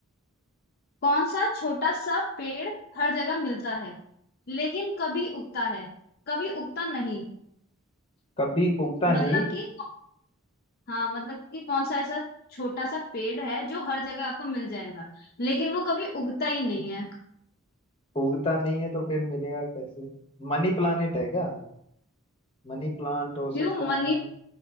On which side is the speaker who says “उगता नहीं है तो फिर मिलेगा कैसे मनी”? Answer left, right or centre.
Left